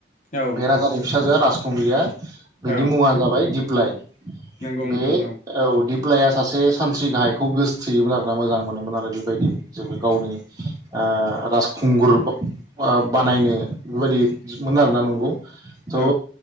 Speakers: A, on the left; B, on the right.
A: औ
B: बेेराजानि फिसाजोआ राजासखुंग्रिया बेनि
A: औ
B: मुङा जाबाय दि फ्लाय
A: नंगौ
B: बे
A: नोंथां
B: औ दि दिप्लाइआ सासे सानथ्रि गाहायखौ गोसो थोयोमोन आरोना मोजां मोनोमोन आरो बेबायदि जेबो गावनि ओ राजखुंगुर ब बानायनो बेबायदिमोन आरोना नंगौ। थ
A: औ